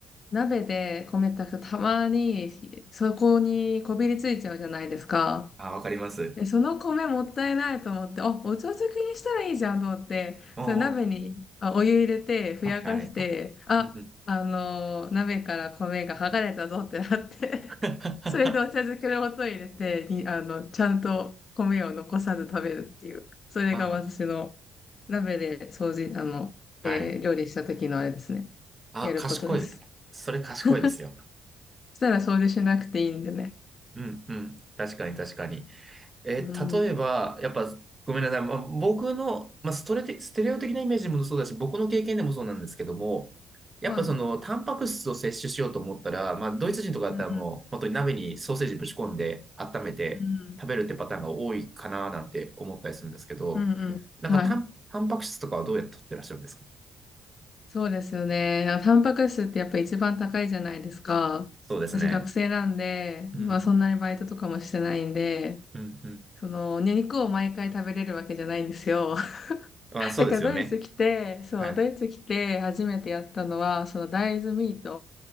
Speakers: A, on the left (about 45°); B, on the right (about 25°).
A: 鍋で米炊くとたまに、そこにこびりついちゃうじゃないですか。
B: あ、わかります。
A: で、その米もったいないと思って、あ、お茶漬けにしたらいいじゃんと思って、
B: おお。
A: その鍋にあお湯入れて、ふやかして、
B: はい。
A: あ、
B: うんうん
A: あのー鍋から米が剥がれたぞってなって、
B: <laughs>
A: <laughs> それでお茶漬けの素を入れて、
B: あ
A: に、あの、ちゃんと米を残さず食べるっていう、それが私の
B: あ、
A: 鍋で掃除、あの、
B: はい。
A: えー料理した時のあれですね。
B: あ、
A: やることです。
B: 賢い。
A: <laughs>
B: それ賢いですよ。
A: そしたら掃除しなくていいんでね。
B: うん、うん。確かに、確かに。えー、
A: うん。
B: 例えば、やっぱ、ごめんなさい。まあ、僕の、まあ、ストレテ、ステレオ的なイメージもそうだし、僕の経験でもそうなんですけども、やっぱその、
A: はい。う
B: タンパク質を摂取しようと思ったら、まあ、ドイツ人とかだったらもう、
A: ん。
B: 本当に鍋にソーセージぶち込んで、温めて食べるってパターンが多いかななんて思ったりするんですけど、
A: うん。うんうん。
B: なんかタン、
A: はい。
B: タンパク質とかはどうやって取ってらっしゃるんですか
A: そうですよね。なんかタンパク質ってやっぱ一番高いじゃないですか。
B: そうですね。
A: 私学生なんで、
B: うん、
A: まあそんなにバイトとかもしてないんで、
B: うん、うん。
A: その、ね、肉を毎回食べれるわけじゃないんですよ。<laughs>
B: まあ、そうですよね。
A: だからドイツ来て、そう、
B: はい。
A: ドイツ来て初めてやったのは、その大豆ミート